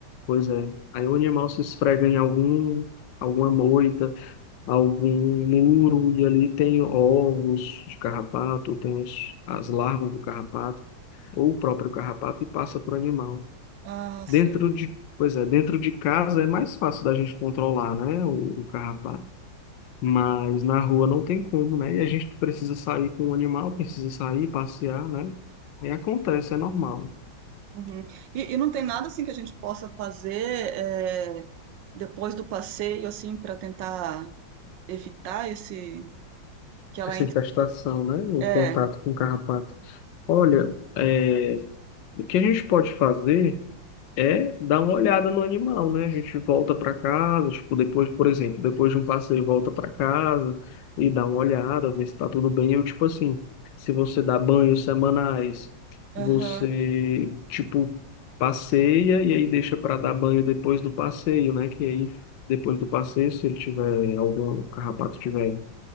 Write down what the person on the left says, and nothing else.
pois é, aí o animal se esfrega em algum, alguma moita, algum muro, e ali tem ovos de carrapato, tem os, as larvas do carrapato ou o próprio carrapato e passa para o animal.
Dentro
de, pois é, dentro de casa é mais fácil da gente controlar, né, o, o carrapato. Mas na rua não tem como, né? E a gente precisa sair com o animal, precisa sair, passear, né? E acontece, é normal.
Essa
infestação, né? O
contato com o carrapato. Olha, é, o que a gente pode fazer? é dar uma olhada no animal, né? A gente volta para casa, tipo, depois, por exemplo, depois de um passeio, volta para casa e dá uma olhada, ver se tá tudo bem. Eu, tipo assim, se você dá banhos semanais,
você, tipo, passeia e aí deixa para dar banho depois do passeio, né? Que aí, depois do passeio, se ele tiver algum carrapato tiver